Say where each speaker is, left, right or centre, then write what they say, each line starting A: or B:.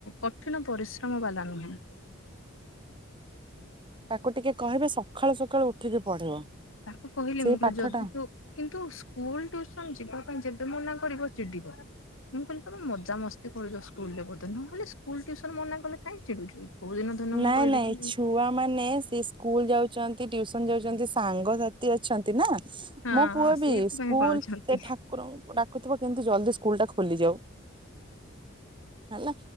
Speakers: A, on the left; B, on the right.
A: କଠିନ ପରିଶ୍ରମ ବାଲା ନୁହଁ।
B: ତାକୁ ଟିକେ କହିବେ ସଖାଳୁ ସକାଳୁ ଉଠିକି ପଢିବ।
A: ତାକୁ କହିଲି
B: ସେଇ
A: ମୁଁ କହିଲି
B: ପାଠ
A: ଯଦି
B: ଟା
A: ତୁ କିନ୍ତୁ ସ୍କୁଲ୍ ଟିଉସନ ଯିବା ପାଇଁ ଯେବେ ମନା କରିବ ଚିଡିବ। ମୁଁ କହିଲି ତୋମେ ମଜାମସ୍ତି କରୁଚ ସ୍କୁଲ୍ ରେ ବୋଧେ। ନହେଲେ ସ୍କୁଲ୍ ଟିଉସନ ମନା କଲେ କାହିଁ ଚିଡୁଛୁ। କୋଉ ଦିନ ଧରିନ ମୁଁ
B: ନାଇଁ
A: କହିବି
B: ନାଇଁ
A: କି
B: ଛୁଆ ମାନେ ସେ ସ୍କୁଲ୍ ଯାଉଚନ୍ ତି ଟିଉସନ ଯାଉଚନ୍ତି ସାଙ୍ଗସାଥି ଅଛନ୍ତି ନା
A: ହଁ
B: ମୋ ପୁଅ
A: ସେଇଥିପାଇଁ
B: ବି ସ୍କୁଲ୍
A: ପଳଉଛନ୍ତି।
B: ସେ ଠାକୁରଙ୍କୁ ଡାକୁ ଥିବ କେମିତି ଜଲଦି ସ୍କୁଲ୍ ଟା ଖୋଲିଯାଉ। ହେଲା